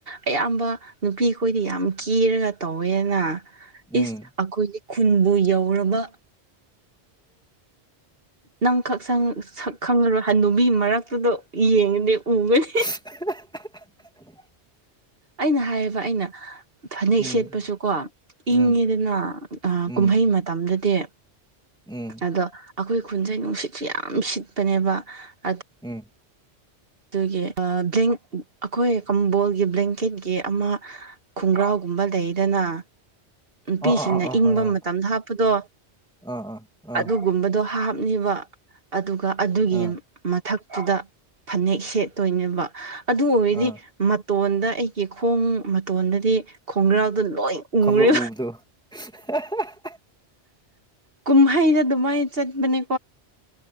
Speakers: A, on the right; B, in the centre.
A: ꯑꯌꯥꯝꯕ ꯅꯨꯄꯤ ꯈꯣꯏꯗꯤ ꯌꯥꯝ ꯀꯦꯔꯒ ꯇꯧꯋꯦꯅ
B: ꯎꯝ
A: ꯏꯁ ꯑꯈꯣꯏꯒꯤ ꯈꯨꯟꯕꯨ ꯌꯧꯔꯕ ꯅꯪ ꯈꯪꯁꯪ ꯁꯛ ꯈꯪꯉꯔꯣꯏ꯫ ꯍꯟꯅ ꯅꯨꯕꯤ ꯃꯔꯛꯇꯨꯗ ꯌꯦꯡꯉꯅꯤ ꯎꯒꯅꯤ
B: <inaudible>
A: ꯑꯩꯅ ꯍꯥꯏꯌꯦꯕ ꯑꯩꯅ ꯐꯅꯦꯛ
B: ꯎꯝ
A: ꯁꯦꯠꯄꯁꯨ ꯀꯣ ꯏꯪꯉꯦꯗꯅ
B: ꯎꯝ
A: ꯑꯥ
B: ꯎꯝ
A: ꯀꯨꯝꯍꯩ ꯃꯇꯝꯗꯗꯤ
B: ꯎꯝ
A: ꯑꯗꯣ ꯑꯈꯣꯏ ꯈꯨꯟꯁꯦ ꯅꯨꯡꯁꯤꯠꯁꯨ ꯌꯥꯝ ꯁꯤꯠꯄꯅꯦꯕ ꯑꯗ
B: ꯎꯝ
A: ꯑꯗꯨꯒꯤ ꯑꯩꯈꯣꯏ ꯀꯝꯕꯣꯜꯒꯤ ꯕ꯭ꯂꯦꯡꯀꯦꯠꯀꯤ ꯑꯃ꯫ ꯈꯨꯡꯒ꯭ꯔꯥꯎꯒꯨꯝꯕ ꯂꯩꯗꯅ ꯅꯨꯄꯤꯁꯤꯡꯅ
B: ꯑꯥ ꯑꯥ ꯑꯥ ꯑꯥ
A: ꯏꯪꯕ
B: ꯍꯣꯏ ꯍꯣꯏ
A: ꯃꯇꯝꯗ ꯍꯥꯞꯄꯗꯣ
B: ꯑꯥ ꯑꯥ ꯑꯥ
A: ꯑꯗꯨ꯫ ꯒꯨꯝꯕꯗꯣ ꯍꯥꯞꯅꯤꯕ ꯑꯗꯨꯒ ꯑꯗꯨꯒꯤ
B: ꯑꯥ
A: ꯃꯊꯛꯇꯨꯗ ꯐꯅꯦꯛ ꯁꯦꯠꯇꯣꯏꯅꯦꯕ ꯑꯗꯨ ꯑꯣꯏꯔꯗꯤ
B: ꯑꯥ
A: ꯃꯇꯣꯟꯗ ꯑꯩꯒꯤ ꯈꯣꯡ ꯃꯇꯣꯟꯗꯗꯤ ꯈꯣꯡꯒ꯭ꯔꯥꯎꯗꯣ ꯂꯣꯏ
B: ꯈꯪꯂꯞ
A: ꯎꯔꯦ
B: ꯎꯕꯗꯣ <unintelligible>
A: ꯀꯨꯝꯍꯩ ꯆ ꯑꯗꯨꯃꯥꯏ ꯆꯠ ꯃꯅꯤ